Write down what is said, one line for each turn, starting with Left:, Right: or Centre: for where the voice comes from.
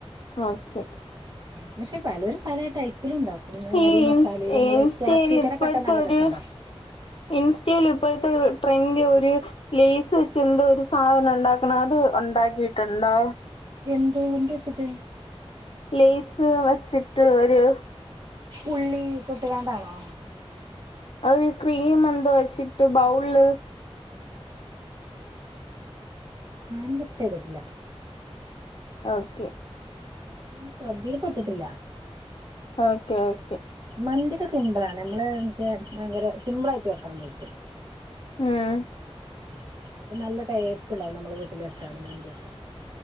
Left: ഓക്കെ
Right: പക്ഷെ പലോരും പലേ ടൈപ്പിലും ഉണ്ടാക്കും.
Left: ഈ ഇൻ
Right: മസാലയിൽ നമ്മൾ
Left: ഇൻസ്റ്റേൽ
Right: ക്യാപ്സിക്കനൊക്കെ
Left: ഇപ്പഴ്ത്തെ
Right: ഇട്ടാൽ നല്ല
Left: ഒരു
Right: രസമുണ്ടാവും
Left: ഇൻസ്റ്റയിൽ ഇപ്പഴ്ത്തെ ട്രെൻഡ് ഒരു ലെയ്സ് വെച്ച് എന്തോ ഒരു സാധനം ഉണ്ടാക്കണെ അത് ഉണ്ടാക്കീട്ടുണ്ടോ?
Right: എന്ത്, എന്ത് വെച്ചിട്ട്?
Left: ലെയ്സ് വച്ചിട്ട് ഒരു
Right: ഉള്ളി ഒക്കെ ഇട്ട്കാണ്ടാണോ?
Left: അത് ക്രീം എന്തോ വെച്ചിട്ട് ബൗൾള്
Right: ങ്ക് ചെയ്തിട്ടില്ല.
Left: ഓക്കേ.
Right: അത് ശ്രദ്ധീല് പെട്ട്ട്ട്ല്ല.
Left: Okay okay.
Right: മന്ത്യൊക്കെ സിമ്പിളാണ്. നമ്മള് മറ്റേ ഭയങ്കര സിമ്പിളായിട്ട് വെക്കാൻപറ്റും.
Left: ഉം.
Right: ഉം അപ്പ നല്ല ടേസ്റ്റ്ണ്ടാവും നമ്മളെ വീട്ടിൽ വെച്ചാലും മന്തിയൊക്കെ.